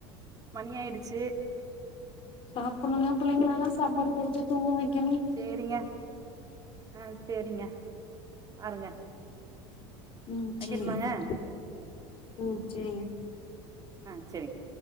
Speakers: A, on the right; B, on the left.
A: மணி ஆயிடுச்சு
B: சாப்புட்னுங்க புள்ளைங்கள எல்லா சாப்பாடு குடுத்து தூங்க வெக்கணு
A: சேரிங்க ஆ சேரிங்க பாருங்க
B: ம்
A: வைக்கட்டுமாங்க
B: சேரிங்க ம் சேரிங்க
A: ஆ சேரிங்க